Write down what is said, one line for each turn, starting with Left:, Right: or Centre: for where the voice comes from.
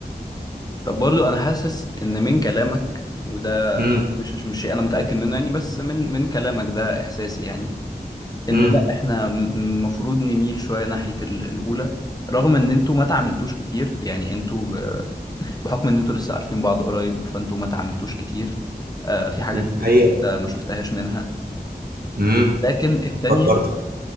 Left: طب برضو انا حاسس ان من كلامك وده
Right: امم
Left: مش عش- مش شيء انا متاكد منه يعني بس من من كلامك ده احساسي يعني ان
Right: امم
Left: لا احنا المفروض نميل شويه ناحيه ال- الاولى رغم ان انتوا ما تعاملتوش كتير يعني انتوا ب- بحكم ان انتوا لسه عارفين بعض قريب فانتوا ما تعاملتوش كتير آه في حاجات
Right: امم،
Left: كتير
Right: حقيقة
Left: لسه ما شفتهاش منها
Right: امم
Left: لكن التانية
Right: حبت برضه